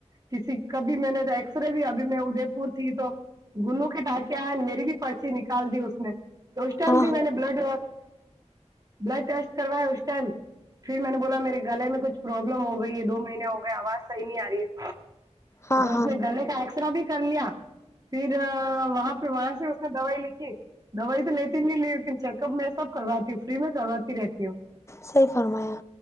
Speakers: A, on the right; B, on the left.
A: کسی کبھی میں نے ایکس رے بھی ابھی میں ادے پور تھی تو- گلو کے ٹانکے آئے میری بھی پرچی نکال دی اس نے تو اس ٹائم
B: ہاں
A: بھی
B: ہاں
A: میں نے بلڈ- بلڈ ٹیسٹ کر ہے اس ٹم پھر میں نے بولا میرے گلے میں کھ پراببلم ہو گئی ہے دو مہینے ہو گئے آواز صیح نہیں آ رہی ہے-
B: ہاں
A: تو اس
B: ہاں
A: نے گنے کا ایکسرا بھی کر لیا- پھر وہاں پہ وہاں سے اس نے دوائی لکھی- دوائی تو لیتی نہیں لی لیکن چیک اپ میں سب کرواتی ہوں فری میں کرواتی رہتی ہوں-
B: صحیح فرمایا